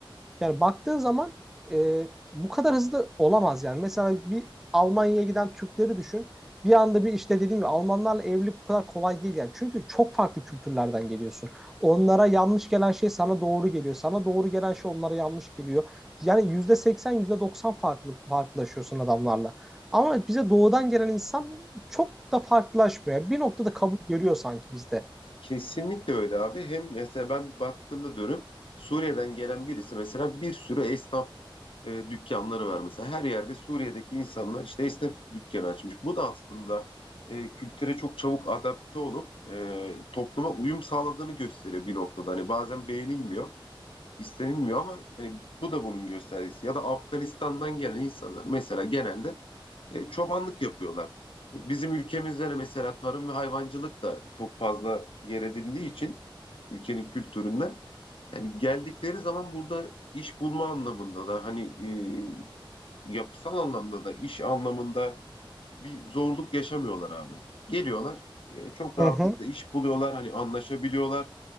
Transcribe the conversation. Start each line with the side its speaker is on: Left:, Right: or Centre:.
Centre: Yani baktığın zaman e, bu kadar hızlı olamaz yani. Mesela bir Almanya'ya giden Türkleri düşün. Bir anda bir işte dediğim gibi Almanlarla evlilik bu kadar kolay değil yani. Çünkü çok farklı kültürlerden geliyorsun. Onlara yanlış gelen şey sana doğru geliyor. Sana doğru gelen şey onlara yanlış geliyor. Yani yüzde seksen yüzde doksan farklı, farklılaşıyorsun adamlarla. Ama bize doğudan gelen insan çok da farklılaşmıyor. Bir noktada kabul görüyor sanki bizde.
Left: Kesinlikle öyle abi. Hem mesela ben baktığımda dönüp Suriye'den gelen birisi mesela bir sürü esnaf e, dükkanları var mesela. Her yerde Suriye'deki insanlar işte esnaf dükkanı açmış. Bu da aslında e, kültüre çok çabuk adapte olup e, topluma uyum sağladığını gösteriyor bir noktada. Hani bazen beğenilmiyor, istenilmiyor ama hani bu da bunun göstergesi. Ya da Afganistan'dan gelen insanlar mesela genelde e, çobanlık yapıyorlar. E, Bizim ülkemizde de mesela tarım ve hayvancılık da çok fazla yer edindiği için ülkenin kültüründen yani geldikleri zaman burada iş bulma anlamında da hani e, yapısal anlamda da iş anlamında bir zorluk yaşamıyorlar abi. Geliyorlar e, çok
Centre: Hı
Left: rahatlıkla
Centre: hı.
Left: iş buluyorlar hani anlaşabiliyorlar.